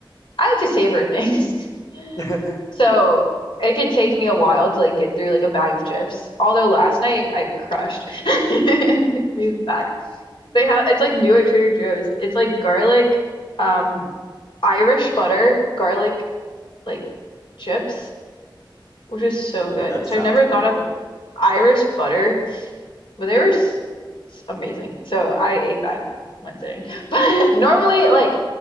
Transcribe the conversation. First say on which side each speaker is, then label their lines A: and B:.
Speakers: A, on the left; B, on the left.
A: I like to savor things. <laughs>
B: <laughs>
A: So it could take me a while to like get through like a bag of chips. Although last night I crushed <laughs> these bags. They have it's like new at Trader Joe's. It's like garlic, um, Irish butter, garlic like chips, which is so
B: I
A: good,
B: mean that
A: which
B: sounds
A: I never
B: pretty
A: thought
B: good.
A: of Irish butter, but they were s s- amazing. So I ate that in one sitting. <laughs> But normally, like